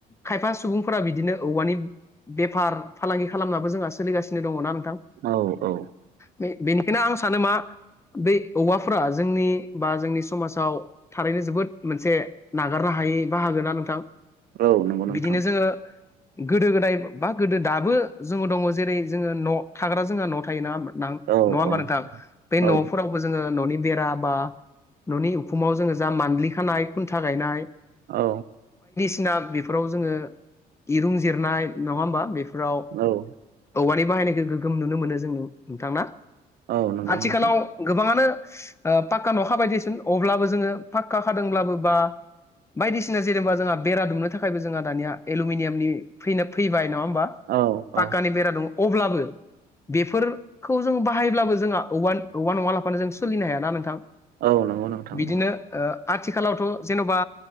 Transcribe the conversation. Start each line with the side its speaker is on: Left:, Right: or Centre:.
Left: खायफा सुबुंफोरा बिदिनो औवानि बेफार फालांगि खालामनाबो जोंहा सोलिगासिनो दङ' नोंथां ना
Right: औ औ
Left: बेनिखायनो आं सानो मा बै औवाफोरा जोंनि बा जोंनि समाजाव थारैनो जोबोद मोनसे नागारनो हा यि बाहागो ना नोंथां।
Right: औ नंगौ नोंथां।
Left: बिदिनो जोङो गोदो गोदाय बा गोदो दाबो जोङो दङ' जेरै जोङो न' थाग्रा जोंहा न'वाव थायो नङा होमबा? नां
Right: औ
Left: नङा होमबा
Right: औ
Left: नोंथां बे न'फोरावबो
Right: औ
Left: जोङो न'नि बेरा बा न'नि उफुमाव जोङो जा मानलि खानाय खुन्था गायनाय
Right: औ।
Left: ना बेफोराव जोङो इरुं जिरनाय नङा होमबा बे फ्राव
Right: औ
Left: औवानि बाहायनायखौ गोगोम नुनो मोनो जों नोंथां ना
Right: औ नंगौ
Left: आथिखालाव
Right: नोंथां
Left: गोबाङानो ओ पाक्का न' खाबाय दिसुन अब्लाबो जोङो पाक्का खादोंब्लाबो बा बायदिसिना जेनेबा जोंहा बेरा दुमनो थाखायबो जोंहा दानिया एलुमिनियामनि फैनो फैबाय नङा होमबा
Right: औ
Left: पाक्कानि
Right: औ
Left: बेरा दङ' अब्लाबो बेफोरखौ जों बाहायब्लाबो जोंहा औवान औवा नङा लाफानो जों सोलिनो हायाना नोंथां?
Right: औ नंगौ नोंथां
Left: बिदिनो
Right: नांगौ।
Left: ओ आथिखालावथ' जेन'बा